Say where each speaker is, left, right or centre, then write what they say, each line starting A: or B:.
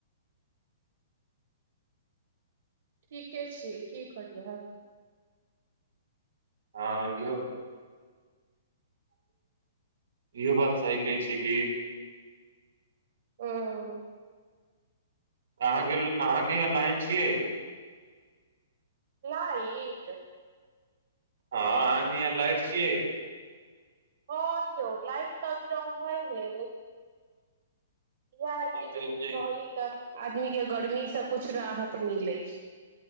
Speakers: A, on the right; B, on the right.
A: ठीके छियै की करियह
B: हँर य इहो बात सही कहै छी कि
A: ह
B: अहाँके अहाँके यहां लाइन छियै
A: लाइट
B: हँ अहाँके यहाँ लाइट छियै
A: ह यौ लाइट तऽ अभी र हइ हे इ आर
B: हँ
A: क
B: तऽ
A: रह
B: एने
A: तऽ आदमी के गर्मीसँ कुछ राहत मिलै